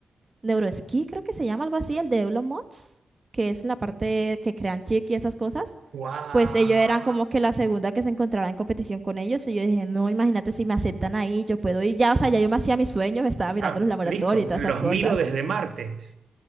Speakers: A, on the right (about 25°); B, on the right (about 75°).
A: neuroesquí, creo que se llama algo así, el de Elon Musk, que es la parte que crean chip y esas cosas
B: ¡Wow!
A: pues ellos eran como que la segunda que se encontraba en competición con ellos. Y yo dije, no, imagínate si me aceptan ahí, yo puedo ir ya, o sea, ya yo me hacía mis sueños, estaba mirando
B: Ah,
A: los laboratorios
B: listo,
A: y todas
B: los
A: esas cosas.
B: miro desde martes.